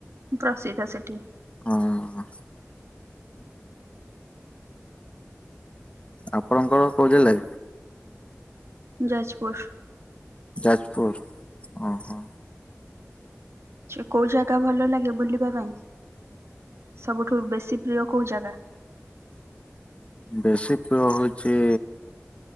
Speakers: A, on the right; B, on the left.
A: ପ୍ରସିଦ୍ଧା ସେଥି।
B: ହଁ। ଆପଣଙ୍କର କୋଉ ଜିଲ୍ଲା।
A: ଯାଜପୁର
B: ଯାଜପୁର ଓ ହୋ।
A: କେଉଁ ଜାଗା ଭଲ ଲାଗେ ବୁଲିବା ପାଇଁ ସବୁଠୁ ବେଶୀ ପ୍ରିୟ କେଉଁ ଜାଗା?
B: ବେଶୀ ତା ହଉଛି।